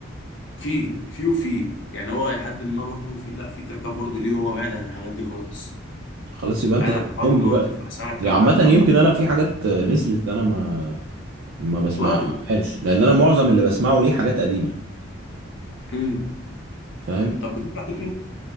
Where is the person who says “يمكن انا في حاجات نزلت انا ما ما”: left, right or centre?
Right